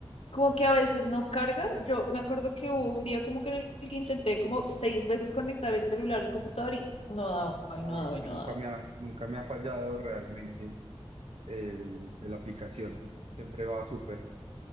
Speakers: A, on the left (about 80°); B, on the right (about 80°).
A: como que a veces no carga, yo me acuerdo que hubo un día como que en el que intenté como seis veces conectar el celular al computador y no daba, y
B: Ah,
A: no
B: bueno,
A: daba,
B: a
A: y
B: mí
A: no
B: nunca
A: daba.
B: me ha, nunca me ha fallado realmente el, la aplicación. Siempre va súper.